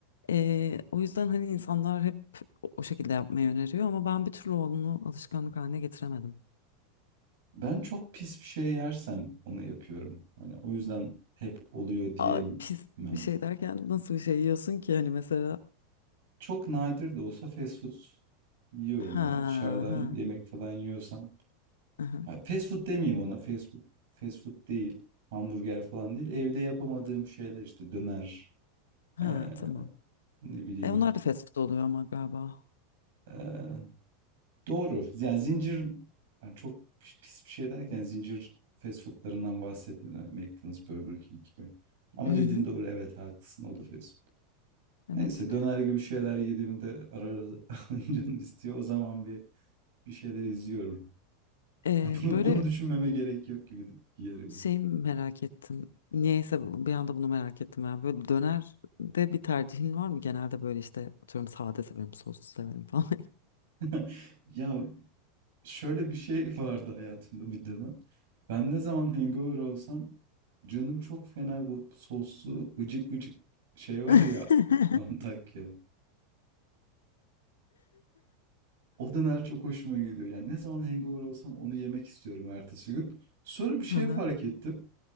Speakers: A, on the left; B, on the right.
A: Ee, o yüzden hani insanlar hep o o şekilde yapmayı öneriyor ama ben bir türlü onu alışkanlık haline getiremedim.
B: Ben çok pis bir şey yersem onu yapıyorum. Hani o yüzden hep oluyor diyemem.
A: Aa, pis bir şey derken nasıl bir şey yiyorsun ki hani mesela?
B: Çok nadir de olsa fast food yiyorum
A: Ha
B: yani dışarıdan
A: ha
B: yemek falan yiyorsam.
A: aha,
B: Ya fast food demeyeyim ona. Fast food, fast food değil. Hamburger falan değil. Evde yapamadığım şeyler işte döner,
A: ha
B: eee,
A: tamam.
B: ne bileyim,
A: E onlar da fast food oluyor ama galiba.
B: eee, Doğru. Yani zincir yani çok pis bir şey derken zincir fast foodlarından bahsetmiyorum. Yani McDonald's, Burger King gibi. Ama
A: Hı
B: dediğin
A: hı.
B: doğru evet haklısın o da fast food. Neyse
A: Evet.
B: döner gibi şeyler yediğimde ara ara <laughs> canım istiyor. O zaman bir bir şeyler izliyorum. <laughs>
A: Ee,
B: Ha, Bunu,
A: böyle
B: bunu düşünmeme gerek yok gibi diyerek.
A: şey merak ettim. Niyeyse bu- bir anda bunu merak ettim ya. Böyle dönerde bir tercihin var mı? Genelde böyle işte atıyorum sade severim, soslu severim falan.
B: <laughs> Ya Şöyle bir şey <laughs> vardı hayatımda bir dönem. Ben ne zaman hangover olsam canım çok fena bu soslu vıcık vıcık şey var
A: <laughs>
B: ya <laughs> Antakya. O döner çok hoşuma gidiyor. Yani ne zaman hangover olsam onu yemek istiyorum ertesi gün. Sonra bir şey
A: Hı hı.
B: fark ettim.